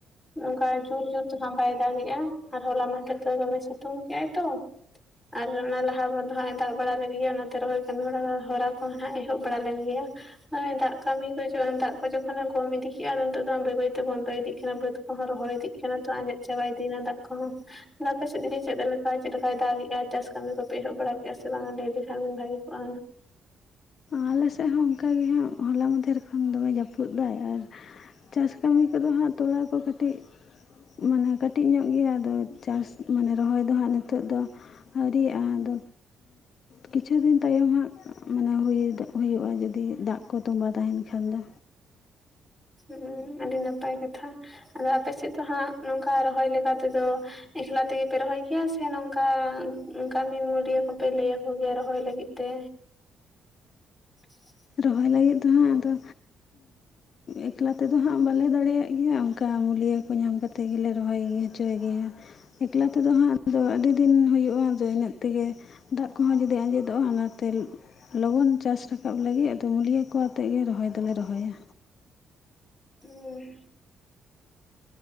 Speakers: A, in the centre; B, on the left.
A: ᱱᱚᱝᱠᱟ ᱡᱩᱨ ᱡᱩᱨ ᱫᱚ ᱦᱟᱸᱜ ᱵᱟᱭ ᱫᱟᱜᱮᱜᱼᱟ ᱟᱨ ᱦᱚᱞᱟ ᱢᱟᱸᱫᱷᱮᱨ ᱫᱚ ᱫᱚᱢᱮ ᱥᱤᱛᱩᱝ ᱠᱮᱜᱼᱟᱭ ᱛᱚ᱾ ᱟᱨ ᱚᱱᱟ ᱞᱟᱦᱟ ᱵᱟᱨ ᱫᱚ ᱦᱟᱜ ᱮ ᱫᱟᱜ ᱵᱟᱲᱟ ᱞᱮᱫ ᱜᱮᱭᱟ ᱚᱱᱟ ᱛᱮ ᱨᱚᱦᱚᱭ ᱠᱟᱹᱢᱤ ᱦᱚᱨᱟ ᱠᱚ ᱦᱟᱜ ᱮᱦᱚᱵ ᱵᱟᱲᱟ ᱞᱮᱱ ᱜᱮᱭᱟ ᱦᱚᱭ ᱫᱟᱜ ᱠᱟᱹᱢᱤ ᱠᱚ ᱫᱟᱜ ᱠᱚ ᱡᱚᱠᱷᱚᱱᱮ ᱠᱚᱢ ᱤᱫᱤ ᱠᱮᱫᱼᱟ ᱟᱫᱚ ᱱᱤᱛᱚᱜ ᱫᱚ ᱵᱟᱹᱭ ᱵᱟᱹᱭᱛᱮ ᱵᱚᱱᱫᱚ ᱤᱫᱤᱜ ᱠᱟᱱᱟ ᱵᱟᱹᱫᱽ᱾ ᱨᱚᱦᱚᱭ ᱤᱫᱤᱜ ᱠᱟᱱᱟ ᱛᱚ ᱟᱸᱡᱮᱫ ᱪᱟᱵᱟᱭ ᱤᱫᱤᱭᱱᱟ ᱫᱟᱜ ᱠᱚᱦᱚᱸ ᱟᱯᱮ ᱥᱮᱫ ᱜᱮ ᱪᱮᱫ ᱞᱮᱠᱟ? ᱪᱮᱫ ᱞᱮᱠᱟᱭ ᱫᱟᱜᱮᱜᱼᱟ? ᱪᱟᱥ ᱠᱟᱹᱢᱤ ᱠᱚᱯᱮ ᱮᱦᱚᱵ ᱵᱟᱲᱟ ᱠᱮᱜᱼᱟ ᱥᱮ ᱵᱟᱝᱟ? ᱞᱟᱹᱭ ᱞᱮᱠᱷᱟᱱ ᱵᱷᱟᱜᱤ ᱠᱚᱜᱼᱟ᱾
B: ᱟᱞᱮ ᱥᱮᱜ ᱦᱚᱸ ᱚᱝᱠᱟᱜ ᱜᱮ ᱦᱟᱸᱜ ᱦᱚᱞᱟ ᱢᱟᱸᱫᱷᱮᱨ ᱠᱷᱚᱱ ᱫᱚᱢᱮ ᱡᱟᱹᱯᱩᱫ ᱫᱟᱭ ᱟᱨ ᱪᱟᱥ ᱠᱟᱹᱢᱤ ᱠᱚᱫᱚ ᱦᱟᱸᱜ ᱛᱚᱞᱟ ᱠᱚ ᱠᱟᱹᱴᱤᱡ ᱢᱟᱱᱮ ᱠᱟᱹᱴᱤᱡ ᱧᱚᱜ ᱜᱮᱭᱟ ᱟᱫᱚ ᱪᱟᱥ ᱢᱟᱱᱮ ᱨᱚᱦᱚᱭ ᱫᱚ ᱦᱟᱸᱜ ᱱᱤᱛᱳᱜ ᱫᱚ ᱟᱹᱣᱨᱤᱭᱟᱜᱼᱟ ᱟᱫᱚ ᱠᱤᱪᱷᱩ ᱫᱤᱱ ᱛᱟᱭᱚᱢ ᱦᱟᱸᱜ ᱢᱟᱱᱮ ᱦᱩᱭ ᱫᱚ ᱦᱩᱭᱩᱜᱼᱟ ᱡᱩᱫᱤ ᱫᱟᱜ ᱠᱚ ᱛᱚᱢᱵᱟ ᱛᱟᱦᱮᱱ ᱠᱷᱟᱱ ᱫᱚ᱾
A: ᱦᱮᱸ ᱟᱹᱰᱤ ᱱᱟᱯᱟᱭ ᱠᱟᱛᱷᱟ᱾ ᱟᱫᱚ ᱟᱯᱮ ᱥᱮᱫ ᱫᱚ ᱦᱟᱸᱜ ᱱᱚᱝᱠᱟ ᱨᱚᱦᱚᱭ ᱞᱮᱠᱟ ᱛᱮᱫᱚ ᱮᱠᱞᱟ ᱛᱮᱜᱮᱯᱮ ᱨᱚᱦᱚᱭ ᱜᱮᱭᱟ ᱥᱮ ᱚᱱᱠᱟ <unintelligible> ᱠᱚᱯᱮ ᱞᱟᱹᱭ ᱟᱠᱚ ᱜᱮᱭᱟ ᱨᱚᱦᱚᱭ ᱞᱟᱹᱜᱤᱫ ᱛᱮ? <inaudible>
B: ᱨᱚᱦᱚᱭ ᱞᱟᱹᱜᱤᱫ ᱫᱚ ᱦᱟᱜ ᱟᱫᱚ ᱮᱠᱞᱟ ᱛᱮᱫᱚ ᱦᱟᱸᱜ ᱵᱟᱞᱮ ᱫᱟᱲᱮᱭᱟᱜ ᱜᱮᱭᱟ ᱚᱱᱠᱟ ᱢᱩᱞᱭᱟᱹ ᱠᱚ ᱧᱟᱢ ᱠᱟ ᱠᱟᱛᱮᱫ ᱜᱮᱞᱮ ᱨᱚᱦᱚᱭ ᱦᱚᱪᱚᱭ ᱜᱮᱭᱟ᱾ ᱮᱠᱞᱟ ᱛᱮᱫᱚ ᱦᱟᱸᱜ ᱟᱫᱚ ᱟᱹᱰᱤ ᱫᱤᱱ ᱦᱩᱭᱩᱜᱼᱟ ᱟᱫᱚ ᱤᱱᱟᱹᱜ ᱛᱮᱜᱮ ᱫᱟᱜ ᱠᱚᱦᱚᱸ ᱡᱩᱫᱤ ᱟᱸᱡᱮᱫᱚᱜᱼᱟ ᱚᱱᱟᱛᱮ ᱞᱚᱜᱚᱱ ᱪᱟᱥ ᱨᱟᱠᱟᱵ ᱞᱮᱜᱮ ᱟᱫᱚ ᱢᱩᱞᱭᱟᱹ ᱠᱚ ᱟᱛᱮᱫ ᱜᱮ ᱨᱚᱦᱚᱭ ᱫᱚᱞᱮ ᱨᱚᱦᱚᱭᱟ᱾
A: ᱦᱩᱸᱻ